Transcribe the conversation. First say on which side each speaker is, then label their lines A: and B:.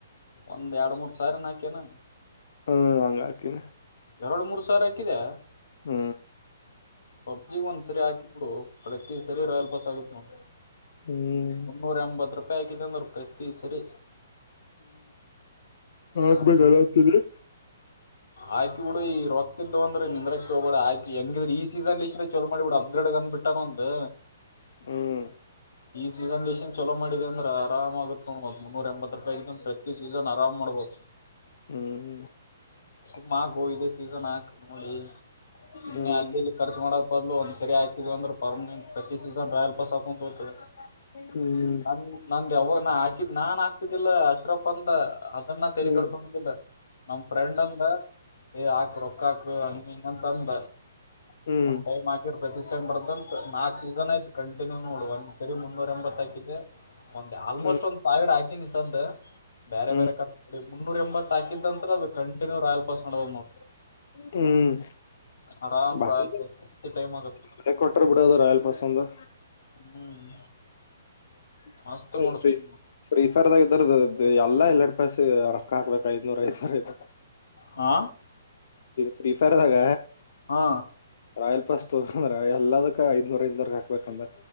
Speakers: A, on the left (about 85°); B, on the left (about 50°).
A: ಒಂದ್ ಎರಡು ಮೂರ್ ಸಾವ ನ ಹಾಕ್ಯನಾ
B: ಹ ಅಂಗಕಿನ
A: ಎರಡು ಮೂರ್ ಸಾವಿ ಹಾಕಿದೆ
B: ಹ್ಮ್
A: ಪಬ್ಜಿ ಒಂದ್ಸರಿ ಹಾಕಿಬಿಡು ಪ್ರತಿ ಸರಿ ರಾಯಲ್ ಪಾಸ್ ಆಗುತ್ತ ನ
B: ಹ್ಮ್
A: ಮುನ್ನೂರ ಎಂಬತ್ ರೂಪಾಯ ಂದ ಪ್ರಿವಸರ್
B: ಹಾಕ್ಬೇಕಲ್ಲತಿದೆ
A: ಆಕ್ರೆ ಆಯ್ತು ಬಿಡು ಈ ರೊಕ್ಂತ <unintelligible> ನಿಂದ್ರ ಹೋಗಬೇಡ ಆಕ ಹೆಂಗಿದ್ರ ಈ ಸೀಸನ್ಲ್ ಇಷ್ಟ್ರ ಚಲೋ ಮಾಡಿ ಬಿಡ ಅಪ್ಗ್ರೇಡ್ ಗನ್ ಒಂದು
B: ಹ್ಮ್
A: ಈ ಸೀಸನ್ ದನ್ ಚಲೋ ಮಾಡಿದೆ ಅ್ರ ಆರಾಮ ಆಗತ್ಕೋ್ ಮುನ್ನೂರ ಎಂಬತ್ ರೂಪಾಯಿ ಪ್ರತಿ ಸೀಸನ್ ಆರಾಮ ಮಾಡಬಹದಯು
B: ಹ್ಮ್
A: ಸುಮ್ಮ ಗೋ ಇದೆ ಸೀಸನ್ ಹಾಕ್ ನೋಡಿ ಸುಮ್ನೆ
B: ಹ್ಮ್
A: ಅಲ್ಲಿ ಇಲ್ಲಿ ಖರ್ಚ ಮಾಡಕ್ ಬದ್ಲು ಒಂದ ಸರಿಾಿದೀವಿ ಅಂದ್ರೆ ಪರ್ಮನೆಂಟ್ ಪ್ರತಿ ಸೀಸನ್ ರಾಯಲ್ ಪಾಸ್ ಆಗುತ್ತದೆ <unintelligible>
B: ಹ್ಮ್
A: ನಾನ್ ನನ್ ಯಾವಾಗ <unintelligible> ಕಿದ್ ನಾನ್ ಆಗ್ತಿದ್ದಿಲ್ಲ ಅಶ್ರಫ್ ಅಂದ ಸುಮನ್ ತಳಕೊಡ್ಕೊಂಡಿಲ್ಲ
B: ಹ್ಮ್ ಹ್ಮ್
A: ನಮ್ ಫ್ರೆಂಡ್ ಅಂದ ಹಾಕು ರೊಕ್ಕ ಹಾಕ ಅ ಹಂಗಂತ ತಂದ
B: ಹ್ಮ್
A: ಒಂದ್ ಟೈಮ್ ಹಾಕಿರ ಪ್ರತ ಬರ್ದಂತ ನಾಕ್ ಸೀಸನ್ ಆಯ್ತ್ ಕಂಟಿನ್ಯೂ ನೋಡ್ ಒಂದ್ ಸರಿ ಮುನ್ನೂರ ಎಂಬತ್ತಕಿದೆ ಒಂದ್ ಆಲ್ಮೋಸ್ಟ್
B: ಹ್ಮ್
A: ಒಂದ್ ಸಾವಿರ ಹಾಕಿನಿಿಸ್ದ ಬೇರೆ
B: ಹ್ಮ್
A: ಬೇರೆ ಕರ್ ಮುನ್ನೂರ ಎಂಬತ್ ಹಾಕಿದಂ ಅದು ಕಂಟಿನ್ಯೂ ರಾಯಲ್ ಪಾಸ್ ನೋ ನೋಡ್ತ
B: ಹ್ಮ್
A: ಆರಾಮ್
B: ಬರೇ
A: ರಾಯಲ್
B: ಇದನ್ನು
A: ಪಾಸ್ ಪ್ರತಿ ಟೈಮ್ ಆಗತ್ತ
B: ಬೆಲೆ ಕ್ಟರ್ ಬಿೂಡದ ರಾಯಲ್ ಪಾಸ್ ಒಂದು
A: ಹ್ಮ್
B: <unintelligible>
A: ಮಸ್ತ್ ನೋಡು ಸುಮ್ಮ
B: ಫ್ರೀ ಫೈರ್ ಇದ್ದರದು ಎಲ್ಲಾ ರಾಯಲ್ ಪಾಸ್ ರೊಕ್ಕ ಹಾಕ್ಬೇಕು ಐದ್ನೂರ ಐದ್ನೂರ ಐದ್ನೂರ
A: ಹಾ
B: ಫ್ರೀ ಫೈರ್ದಾಗ
A: ಹಾ
B: ರಾಯಲ್ ಪಾಸ್ ಎಲ್ಲದಕ್ಕ ಐದನೂರ ಐನೂರ ಹಾಕ್ಬೇಕ ಅಂದ